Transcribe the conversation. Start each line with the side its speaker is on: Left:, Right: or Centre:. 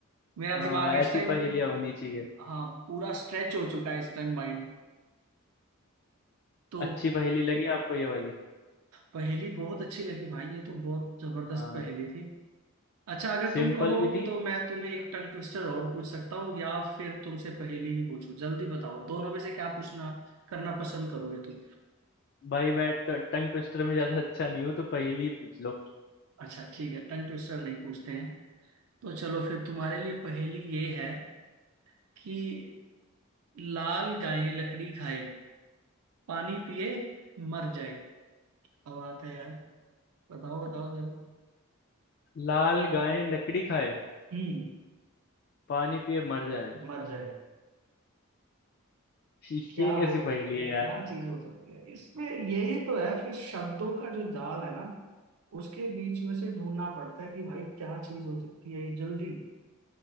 Right: मेरा
Left: आ,
Right: दिमाग इस
Left: ऐसी
Right: टाइम
Left: पहेलियां होनी चाहिए
Right: हाँ पूरा स्ट्रेच हो चुका है इस टाइम माइंड तो
Left: अच्छी पहेली लगी आपको ये वाली
Right: पहेली बहुत अच्छी लगी भाई ये तो बहुत जबरदस्त
Left: आ,
Right: पहेली थी अच्छा अगर
Left: सिंपल
Right: तुम कहो
Left: भी थी
Right: तो मैं तुम्हें एक टंग ट्विस्टर और पूछ सकता हूँ या फिर तुमसे पहेली ही पूछूं जल्दी बताओ दोनों में से क्या पूछना करना पसंद करोगे तुम
Left: भाई मैं ट- टंग ट्विस्टर में ज्यादा अच्छा नहीं हूँ तो पहेली ही पूछ लो
Right: अच्छा ठीक है टंग ट्विस्टर नहीं पूछते हैं तो चलो फिर तुम्हारे लिए पहेली ये है कि लाल गाय लकड़ी खाए पानी पिए मर जाए अब आता है यार बताओ बताओ जरा
Left: लाल गाय लकड़ी खाए
Right: हम्म
Left: पानी पिए मर जाए
Right: मर जाए
Left: <laughs>
Right: क्या
Left: ये
Right: हो
Left: कैसी पहेली है यार
Right: क्या चीज हो सकती है इसमें यही तो है फिर शब्दों का जो जाल है ना उसके बीच में से ढूंढना पड़ता है कि भाई क्या चीज हो सकती है ये जल्दी